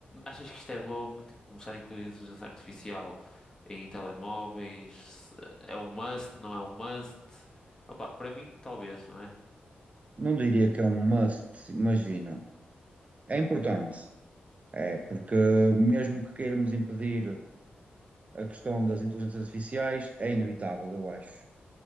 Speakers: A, on the left (about 20°); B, on the right (about 35°).
A: achas que isto é bom t- começar a incluir a inteligência artificial em telemóveis? Se- É um must, não é um must? Opa, para mim, talvez, não é?
B: Não diria que é um must, imagina. É importante, é, porque mesmo que queiramos impedir a questão das inteligências artificiais, é inevitável, eu acho.